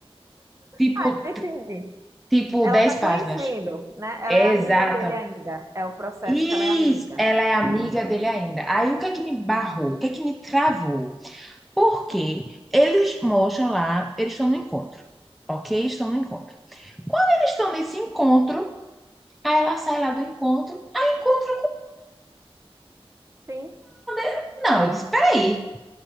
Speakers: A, in the centre; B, on the right.
A: tipo,
B: Ah, entendi.
A: tipo
B: Ela
A: 10
B: está conhecendo,
A: páginas.
B: né? Ela
A: Exata.
B: é amiga dele ainda. É o processo
A: Isso,
B: que ela é amiga.
A: ela é amiga dele ainda. Aí o que é que me barrou? O que é que me travou? Porque eles mostram lá, eles estão no encontro, ok? Estão no encontro. Eles estão nesse encontro, Aí ela sai lá do encontro. Aí encontro
B: Sim,
A: com. Não, eu disse, peraí.